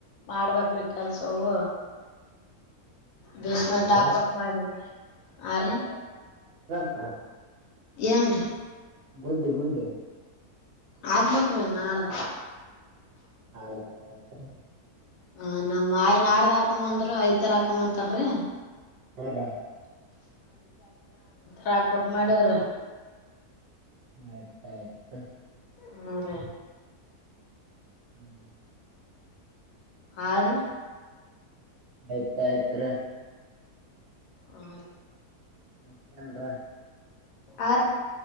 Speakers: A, on the left (about 70°); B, on the right (about 55°).
A: ಮಾಡ್ಬೇಕ್ರಿ ಕೆಲ್ಸವು ಬೇಸ್ಮೆಂಟ್ ಹಾಕ್ವಕ್
B: ಎಸ್
A: ಮಾಡನ್ರಿ ಆ ರೀ
B: ಹಾ
A: ಏನ್
B: ಗುಂಡ ಗುಂಡ
A: ಆಗ್ಬೇಕಕ್್ರಿ ನ ಆಡ್ದ
B: ಆಯ್ತ ಆಯ್ತು
A: ಹ ನಮ್ ಮಾಯಿ ನಾಡ್ದ ಹಾಕಮ್ಮ ಅಂದ್ರರು ಐತರ ಹಾಕಮ್ಮ ಅಂತಾರರಿ
B: ಹೌದಾ
A: ರಾಕ್ಬೇಕಕ್ ಮಾಡವ್ರ
B: ಆಯ್ತ ಆಯತ
A: ಹ್ಮ ರ
B: ಹ್ಮ್
A: ಆರು
B: ಆಯ್ತ್ ಆಯ್ತ್
A: ಆ
B: ಮತ್ತಂತ
A: ಆ